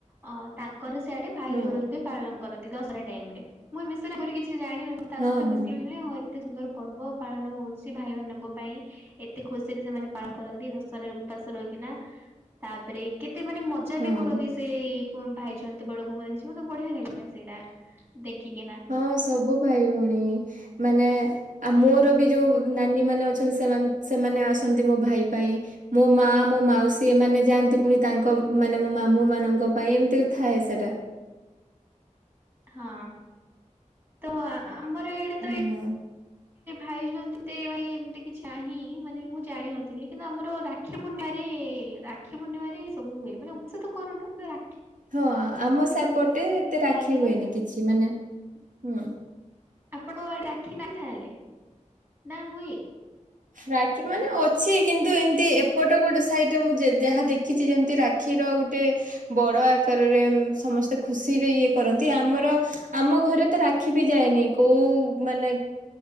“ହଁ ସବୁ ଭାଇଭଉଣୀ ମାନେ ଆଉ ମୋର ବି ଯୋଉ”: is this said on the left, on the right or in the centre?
Right